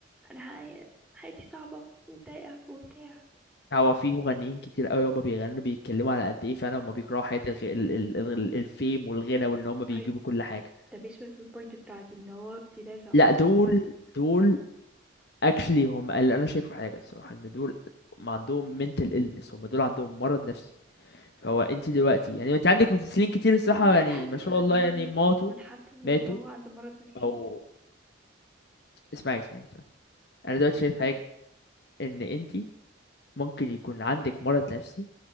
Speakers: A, in the centre; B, on the left.
A: انا هاي- حياتي صعبة ومتضايقة وبتاع
B: هو في مغنيين كتير قوي هما بيغنوا بيتكلموا على قد ايه فعلا هما بيكرهوا حياة الغ... ال... ال... ال- الفيم والغنى وان هما بيجيبوا
A: طيب
B: كل حاجة
A: ده بيشبه البوينت بتاعتي ان هو في ناس اهو
B: لا دول دول اكشلي هم اللي انا شايفه حاجة الصراحة ان دول ما عندهم mental illness هم دول عندهم مرض نفسي هو انت دلوقتي يعني انت عندك ممثلين كتير الصراحه
A: يعني
B: يعني
A: اي حد
B: ما شاء
A: زعلان
B: الله يعني ماتوا
A: من حد ويبقى
B: ماتوا
A: هو عنده مرض نفسي
B: او اسمعي اسمعي اسمعي انا دلوقتي
A: هعمل
B: شايف حاجه
A: ده
B: ان انت ممكن يكون عندك مرض نفسي